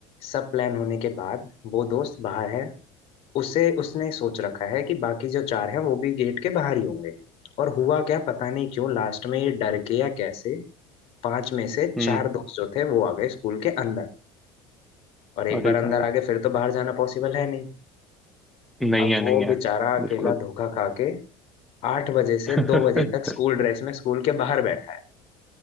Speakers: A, on the left; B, in the centre.
A: सब प्लान होने के बाद वो दोस्त बाहर है उसे उसने सोच रखा है कि बाकी जो चार हैं वो भी गेट के बाहर ही होंगे और हुआ क्या पता नहीं क्यों लास्ट में ये डर के या कैसे पांच में से
B: हम्म
A: चार दोस्त जो थे वो आ गए स्कूल के अंदर और एक
B: अरे
A: बार अंदर
B: भाई
A: आ गए फिर तो बाहर जाना पॉसिबल है नहीं
B: नहीं
A: अब
B: है
A: वो
B: नहीं है
A: बेचारा अकेला
B: बिल्कुल
A: धोखा खा के आठ बजे से
B: <laughs>
A: दो बजे तक स्कूल ड्रेस में स्कूल के बाहर बैठा है